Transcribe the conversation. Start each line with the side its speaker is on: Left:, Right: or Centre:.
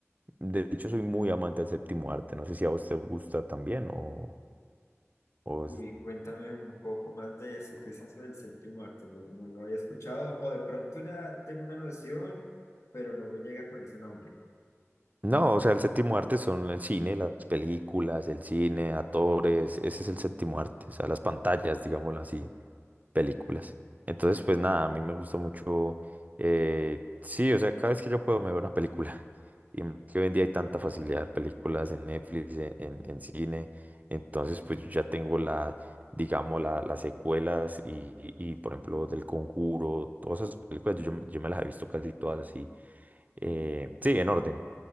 Right: De hecho, soy muy amante del séptimo arte. No sé si a vos te gusta también o... o
Left: Uy,
Right: es-
Left: cuéntame un poco más de eso. ¿Qué es eso del séptimo arte? No, no lo había escuchado, o de pronto ya tengo una noción, pero no me llega con ese nombre.
Right: No, o sea, el séptimo arte son el cine, las películas, el cine, actores. Ese es el séptimo arte, o sea, las pantallas, digámoslo así. películas. Entonces, pues nada, a mí me gusta mucho, eh, sí, o sea, cada vez que yo puedo me veo una película. <laughs> Y más que hoy en día hay tanta facilidad de ver películas en Netflix, en, en- en cine, entonces pues yo ya tengo la, digamos, la- las secuelas y, y, por ejemplo, del Conjuro, todas esas películas, yo, yo me las he visto casi todas así, eh, sí, en orden.